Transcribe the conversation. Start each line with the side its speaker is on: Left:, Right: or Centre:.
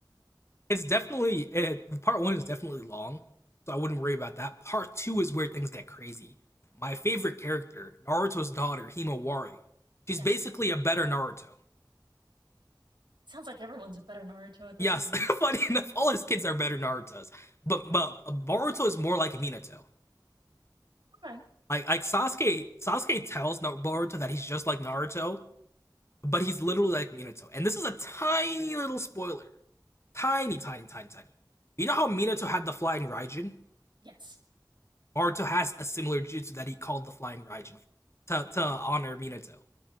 Left: it's
Right: <laughs>
Left: definitely
Right: But
Left: it, part one is definitely long, so I wouldn't worry about that. Part two is where things get crazy. My favorite character, Naruto's daughter, Himawari. She's
Right: yes,
Left: basically a better Naruto.
Right: it sounds like everyone's a better Naruto at this
Left: Yes,
Right: point.
Left: <laughs> funny enough, all his kids are better Naruto's, but but Boruto is more like Minato.
Right: Okay.
Left: Like like Sasuke, Sasuke tells Boruto that he's just like Naruto, but he's literally like Minato. And this is a tiny little spoiler, tiny, tiny, tiny, tiny. You know how Minato had the flying Raijin?
Right: Yes.
Left: Naruto has a similar jutsu that he called the Flying Raijin to to honor Minato.